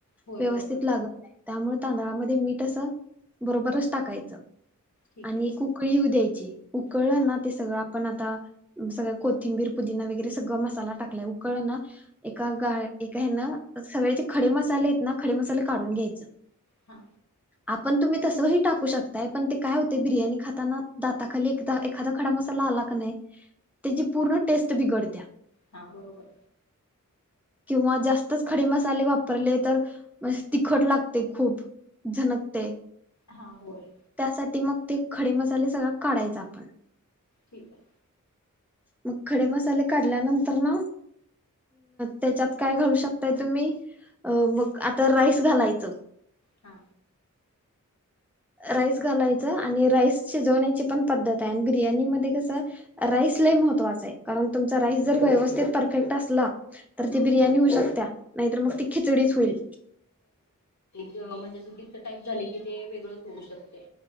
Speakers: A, on the left; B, in the centre.
A: होय
B: व्यवस्थित
A: बरोबर
B: लागत नाही. त्यामुळे तांदळाला ते मीठ अस. बरोबरच टाकायचं.
A: ठीक
B: आणि
A: आहे
B: एक उकळी येऊ द्यायची. उकळ
A: हां
B: ना ते सगळं. आपण आत आता अम सगळ कोथिंबीर, पुदीना वगैरे सगळ मसाला टाकलाय, उकळ ना! एका
A: हां
B: गाळ एका हे न सगळयाचे खडे मसाले आहेत ना, खडे मसाले काढून घ्यायचं.
A: हा.
B: आपण तुम्ही तसंही टाकू शकताय, पण ते काय होतय? बिर्याणी खाताना दाताखाली एख एखादा खडा मसाला आला का नाही? त्याची पूर्ण टेस्ट बिघडतिया.
A: हा बरोबर.
B: किंवा जास्तच खडे मसाले वापरले तर, म अस तिखट लागतय खूप झनकतय.
A: हां होय
B: त्यासाठी मक ते खडे मसाले सगळा, काढायचा आपण
A: ठीक हाय.
B: मग खडे मसाले काढल्यानंतरन, त्याच्यात काय घालू शकताय तुम्ही? अ- मग आता राईस घालायचं.
A: हा.
B: राईस घालायचं आणि राईस शिजवण्याची पण पद्धत हाय आणि बिर्याणी मध्ये कस, राईस लई महत्त्वाचा हाय. कारण तुमचा राईस जर व्यवस्थित परफेक्ट असला तर
A: हां
B: ती बिर्याणी होऊ शकत्या. नाहीतर मग ती खिचडीच हुईल.
A: अ- म्हणजे अस गीचं टाईप झाल की ते, वेगळंच होऊ शकते.